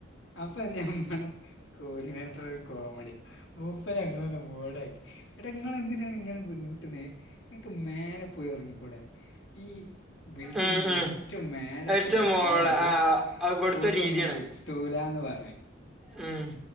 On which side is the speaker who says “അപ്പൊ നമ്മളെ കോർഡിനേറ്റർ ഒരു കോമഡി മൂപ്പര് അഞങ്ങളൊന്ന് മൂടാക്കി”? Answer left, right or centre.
Left